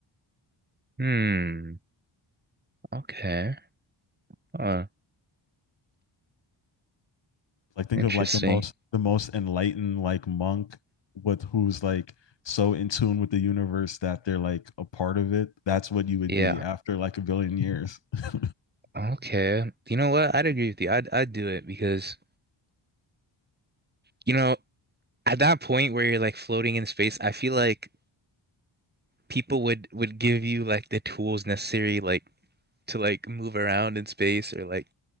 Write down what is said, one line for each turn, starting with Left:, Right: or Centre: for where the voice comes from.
Right: Hmm. Okay. Huh.
Left: like think
Right: Interesting.
Left: of like the most the most enlightened like monk with who's like so in tune with the universe that they're like a part of it. That's what you would
Right: Yeah.
Left: be after like a billion years. <laughs>
Right: Okay. You know what? I'd agree with you. I'd I'd do it because you know, at that point where you're like floating in space, I feel like people would would give you like the tools necessary like to like move around in space or like